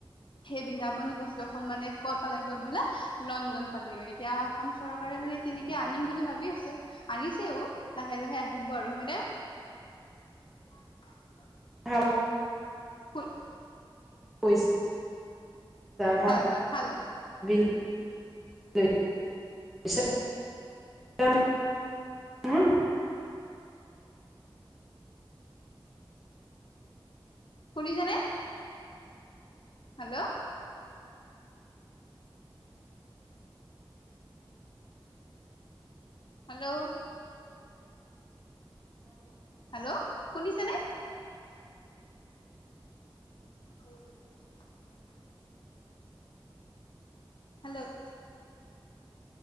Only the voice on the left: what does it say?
সেই বৃন্দাবনী বস্ত্র খন মানে ক'ত পালেগৈ বোলে লণ্ডন পালেগৈ এতিয়া অসম চৰকাৰে মানে তেনেকে আনিম বুলি ভাব ভাবি আছে। আনিছেও লাহে লাহে আহিব আৰু হয়নে? <inaudible>
<unintelligible>
হয়,
হয়, ভাল।
শুনিছানে? হেল্ল' হেল্ল' হেল্ল' শুনিছেনে? <inaudible> হেল্ল'